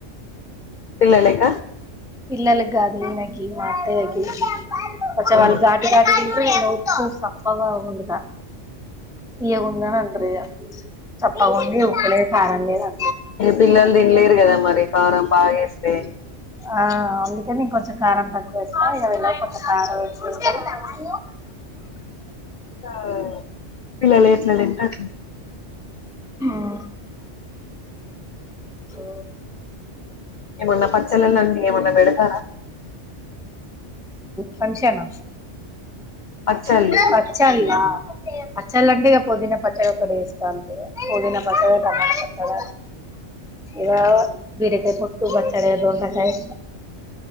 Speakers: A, on the left; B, in the centre.
A: పిల్లల్లేకా
B: పిల్లలాగాదు ఈయనకి మాత్తయ్యకి కొంచెం
A: ఇగ
B: వాళ్ళు ఘటు ఘాటుగా తింటే నేను ఉప్పు సప్పాగ తీయగుందా అనంటరిగ సప్పగుంది ఉప్పులే కారం లేదు
A: పిల్లలు తినలేరు కదా మరి కారం బాగాస్తే
B: ఆ అందుకే నేను కొంచెం కారం తక్కువేస్తా ఇవైనా కొంచ కారం వ
A: ఆ పిల్లలు ఏట్లా లేంటలే
B: హమ్ ఓ
A: ఏమన్నా పచ్చలె అండి ఏమన్నా వెడత
B: ఫంక్షన్
A: పచ్చళ్ళు
B: పచ్చళ్ పచ్చళ్ళ అంటే ఇ పుదీనా పచ్చలు ఒకటి వేస్త అంతే పోదినా పచద కమానా పచాద ఇ బీరకాయ పుట్టు బచ్చడ దకాయి